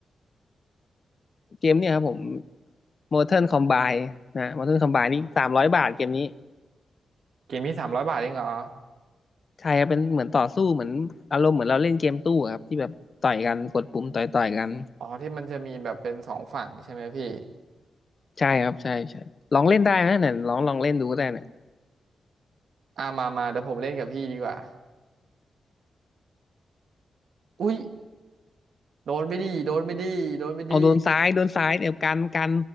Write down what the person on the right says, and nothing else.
เกมที่สามร้อยบาทเองเหรอ
อ๋อที่มันจะมีแบบเป็นสองฝั่งใช่ไหมพี่
อ่ามามาเดี๋ยวผมเล่นกับพี่ดีกว่าอุ้ยโดนไปดีโดนไปดีโดนไปดี